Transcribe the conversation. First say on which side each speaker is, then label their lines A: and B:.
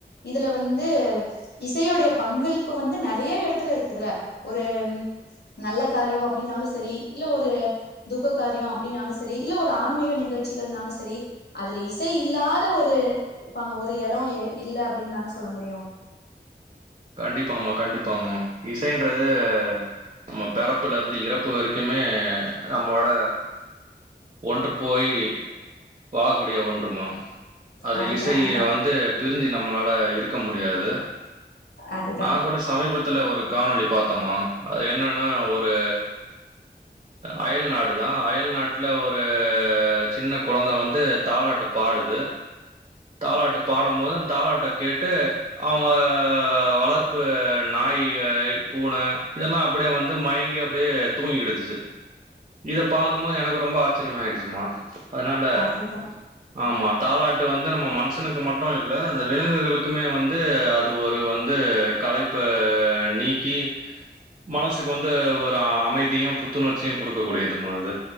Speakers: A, on the left (about 65°); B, on the right (about 35°).
A: இதுல வந்து இசையுடைய பங்களிப்பு வந்து நெறைய எடத்துல இருக்குதுல ஒரு நல்ல காரியோ அப்டின்னாலு செரி இல்ல ஒரு துக்க காரியோ அப்டின்னாலு செரி இல்ல ஒரு ஆன்மீக நிகழ்ச்சிகள்னாலு செரி அதுல இசை இல்லாத ஒரு பாங்க ஒரு எடோ இல்ல அப்டின்னு தானே சொல்ல முடியு
B: கண்டிப்பாமா கண்டிப்பாமா இசைன்றது நம்ம பிறப்புல இருந்து இறப்பு வரைக்குமே நம்மோட ஒன்று போய் வாழக்கூடிய ஒன்றுமா அது
A: அதுதா
B: இசைய
A: அதுதா
B: வந்து பிரிஞ்சு நம்மளால இருக்க முடியாது
A: அதுதா
B: நா கூட சமீபத்துல ஒரு காணொளி பாத்தோமா அது என்னன்னா ஒரு அயல் நாடு தா அயல்நாட்ல ஒரு சின்ன குழந்த வந்து தாலாட்டுப் பாடுது தாலாட்டு பாடும்போது அந்த தாலாட்ட கேட்டு அவங்க அ வளர்ப்பு நாய் பூனை இதெல்லா அப்படியே வந்து மயங்கி அப்டியே தூங்கிடுச்சு இத பாக்கும் போது எனக்கு ரொம்ப ஆச்சிரியமா ஆயிடுச்சுமா அதனால
A: அதுதா
B: ஆமா தாலாட்டு வந்து நம்ம மனுஷனுக்கு மட்டு இல்ல அந்த விலங்குகளுக்குமே வந்து அது ஒரு இது வந்து கலைப்ப நீக்கி மனசுக்கு வந்து ஒரு அமைதியு புத்துணர்ச்சியு கொடுக்க கூடியதுமா அது